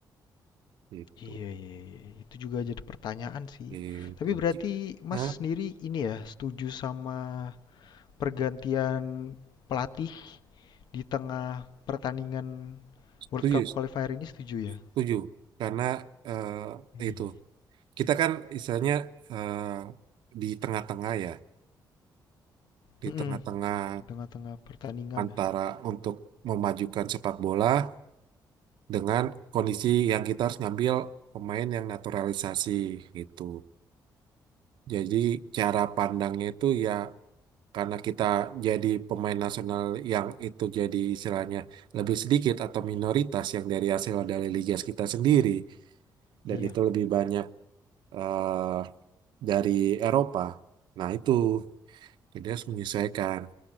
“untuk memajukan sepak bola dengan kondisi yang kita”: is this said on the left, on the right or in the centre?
Right